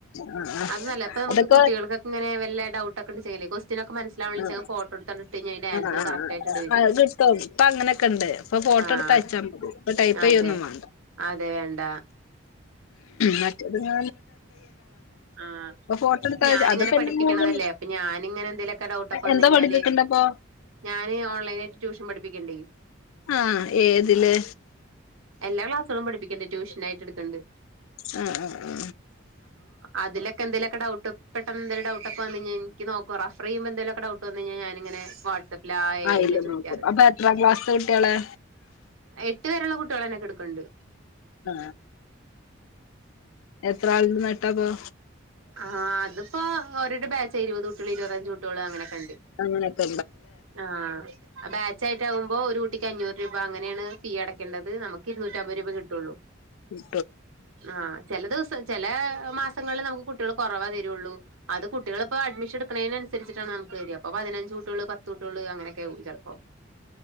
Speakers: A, on the left; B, on the right.
A: ആ ആ
B: അത് നമക്ക്
A: അതൊക്കെ
B: കുട്ടികൾക്കെങ്ങന വല്ല ഡൗട്ട ഒക്കെ ചെയ്യേ കൊസ് ന മനസ്സിലാവണിൽ
A: ആ
B: ചില ഫോട്ടോ എടുകണ്ടിഴ അതിന്റെ ആൻസർ
A: ആഹ്
B: കറക്റ്റ് ആയിട്ട്
A: ആഹ് അത് ഇപ്പ അങ്ങനെയൊക്കെ ഉണ്ട് ഇപ്പൊ ഫോട്ടോ
B: ആഹ്
A: എടുത്ത് അയച്ചാ മതി ഇപ്പൊ ടൈപ്പ് ചെയ്യൊന്നും
B: അതെ
A: വേണ്ട
B: അതെ വേണ്ട
A: മറ്റതുങ്ങ
B: ആ
A: ഫോട്ടോ എടുത്ത് അയച്ച്
B: ഞാനിങ്ങനെ
A: അതിപ്പോ
B: പഠിപ്പിക്കണതല്ലേ
A: എല്ലാം ഗൂഗിൾ
B: അപ്പൊ ഞാനിങ്ങനെ എന്തെലുമൊക്കെ ഡൗട്ടെ ഇ വന്ന
A: എന്താ
B: കഴിഞ്ഞാല്
A: പഠിപ്പിക്കണ്ടപ്പൊ
B: ഞാന് ഓൺലൈന ആയിട്ട് ട്യൂഷൻ പഠിപ്പിക്കണ്ട്
A: ആഹ് ഏതില്
B: എല്ലാ ക്ലാസ്സുകളും പഠിപ്പിക്കണ്ട് ട്യൂഷന ആയിട്ട് എടുക്കണ്ട്
A: ഉ ഉ ഉ
B: അതിലക്കെന്തലൊക്കെ ഡൗട്ട് എന്തേലും ഡൗട്ടക്കെ വന്നഴിഞ്ഞാൽ എക്ക് നോക്ക റഫർ ചെയുമ്പോന്തലൊക്കെ ഡൗട്ട് വന്ന കഴിഞ്ഞ അങ്ങെ വാട്സ്ആപ്പ് ല്ല
A: അയില്
B: ചോദിക്കാറ്
A: നോക്കും അപ്പൊ എത്രാം ക്ലാസ്ത്തെ കുട്ടികളെ
B: എട്ടു പേരുള്ള കുട്ടികൾന്നെക്കെടു കണ്ട്
A: ആ എത്ര ആള നട്ടാപ്പോ
B: ആഹ് അതിപ്പോ ഓരോ ബാ ഇരുപത് കൂട്ടിയള് ഇരുപത അഞ്ച് കൂട്ടികള് അങ്ങനെൊക്കെ
A: അങ്ങനെക്ക
B: ആഹ ബാച്ച് ആയിട്ട ആകുമ്പോ ഒരു കുട്ടിക്ക് അഞ്ഞൂറ് രൂപ അങ്ങനെയാണ് ഫീ അടക്കേണ്ടത് നമുക്ക് ഇരുന്നൂറ്റമ്പത് രൂപ കിട്ടുള്ളൂ
A: ഉം
B: ആഹ ചില ദിവസം ചില മാസങ്ങളിൽ നമുക്ക് കുട്ട കുട്ടികൾ കുറവേ തരുള്ളൂ അത് കുട്ടികൾ ഇപ്പോ അഡ്മിഷൻ എടുക്കണേനുസരിച്ചിട്ടാണ് നമുക്ക് തരാ പതിനഞ്ച് കുട്ടികള് പത്തു ള് അങ്ങനെയൊക്കെ ചിലപ്പോൾ